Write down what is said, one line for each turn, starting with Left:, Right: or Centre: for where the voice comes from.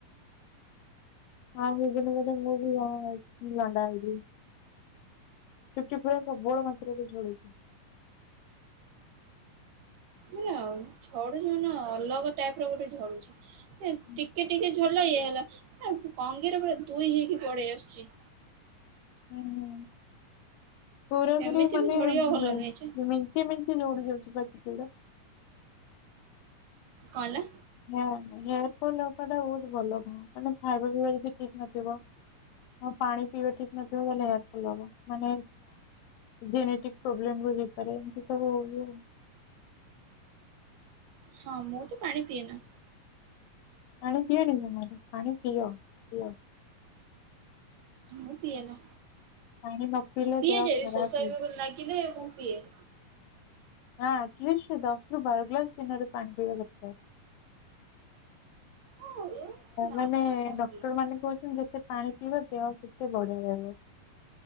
Left: ହଁ କେଇ ଦିନ ଗଲେ ମୁଁ ବି ଲଣ୍ଡା ହେଇଯିବି। ଚୁଟି ପୁରା ପ୍ରବଳ ମାତ୍ରାରେ ଝଡୁଛି।
Right: ମାନେ ଝଡୁଛି ମାନେ ଅଲଗା ଟାଇପର ଗୋଟେ ଝଡୁଛି।
Left: ହୁଁ
Right: ଟିକେ ଟିକେ ଝଡିଲେ ଇଏ ହେଲା କଙ୍ଗିରେ ପୁରା ଦୁଇ ହେଇକି ପଳେଇ ଆସୁଛି।
Left: ଉଁହୁଁ ପୁରାପୁରୀ
Right: ଏମିତି
Left: ମାନେ
Right: ବି ଝଡ଼ିବା
Left: ମେ
Right: ଭଲ ନୁହେଁ ଯେ
Left: ମେଞ୍ଚେ ମେ ଞ୍ଚେ ଝଡି ଯାଉଛି ପା ଚୁଟି ଗୁଡ଼ା।
Right: କଣ ହେଲା?
Left: ନା ନା ହେୟାର ଫଲ ହବାଟା ବହୁତ ଭଲ ନୁହଁ ମାନେ ଖାଇବା ପିଇବାରେ ଯଦି ଠିକ ନଥିବ ହଁ ପାଣି ପିଇବା ଠିକ ନଥିବ ତାହେଲେ ହେୟାର ଫଲ ହବ ମାନେ ଜେନେଟିକ ପ୍ରୋବ୍ଲେମରୁ ହେଇପାରେ ଏମିତି ସବୁ ହଉଚି ଆଉ
Right: ହଁ ମୁଁ ତ ପାଣି ପିଏ ନା।
Left: ପାଣି ପିଅ ନି ଜମାରୁ ପାଣି ପିଅ ପିଅ।
Right: ମୁଁ ପିଏ ନା,
Left: ପାଣି ନ ପିଇଲେ
Right: ପିଏ
Left: ଦେହ
Right: ଯେ
Left: ଖରାପ
Right: ଶୋଷ
Left: ହୁଏ।
Right: ନାଗିଲେ ମୁଁ ପିଏ।
Left: ନା ଆଟଲିଷ୍ଟ ଦଶରୁ ବାର ଗ୍ଲାସ ଦିନରେ ପାଣି ପିଇବା ଦରକାର।
Right: ହଁ ଏ ନା
Left: ମାନେ
Right: କମ୍
Left: ଡକ୍ଟରମାନେ
Right: ପିଏ
Left: କହୁଛନ୍ତି ଯେତେ ପାଣି ପିଇବା ଦେହ ସେତେ ବଢିଆ ରହିବ।